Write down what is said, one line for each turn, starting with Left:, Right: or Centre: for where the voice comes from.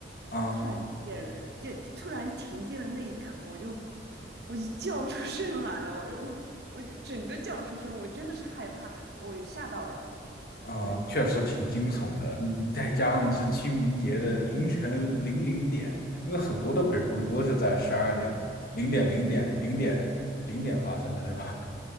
Left: 啊
Right: 突然停电了电突然停电的那一刻，我就我就叫出声来了，我就我就整个叫出声，我真的是害怕，我吓到了。
Left: 啊，
Right: 对
Left: 确实挺惊悚的。你再加上是清明节的凌晨零零点，因为很多的鬼故事都是在十二点零点零点零点零点发生的，对吧？